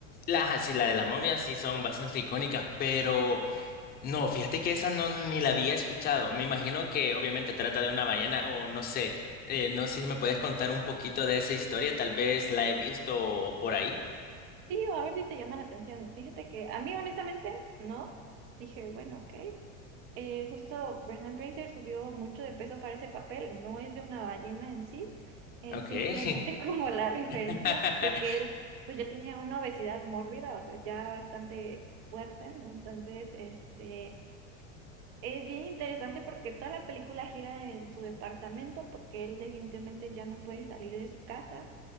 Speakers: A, on the left (about 25°); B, on the right (about 35°).
A: las, así, la de la momia sí son bastante icónicas, pero
B: Ujú.
A: No, fíjate que esa no ni la había escuchado. Me imagino que obviamente trata de una ballena o no sé. Eh, no sé si me puedes contar un poquito de esa historia. Tal vez la he visto o por ahí.
B: Sí, o a ver si te llama la atención. Fíjate que a mí honestamente no. Dije, bueno, ok. Eh, justo Brendan Fraser subió mucho de peso para ese papel. No es de una ballena en sí, es
A: Ok.
B: simplemente <laughs> como la referencia
A: <laughs>
B: de que él pues ya tenía una obesidad mórbida, o sea, ya bastante fuerte, ¿no? Entonces, este... Es bien interesante porque toda la película gira en su departamento porque él definitivamente ya no puede salir de su casa.